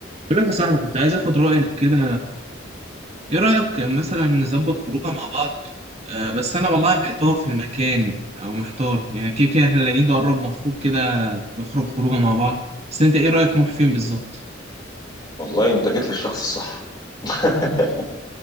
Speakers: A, on the right; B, on the left.
A: بقول لك يا صاحبي كنت عايز اخد رايك كده ايه رايك مثلا نظبط خروجه مع بعض أه بس انا والله محتار في المكان او محتار يعني كده كده احنا العيد قرب مفروض كده نخرج خروجه مع بعض بس انت ايه رايك نروح فين بالظبط
B: والله انت جيت للشخص الصح <laughs>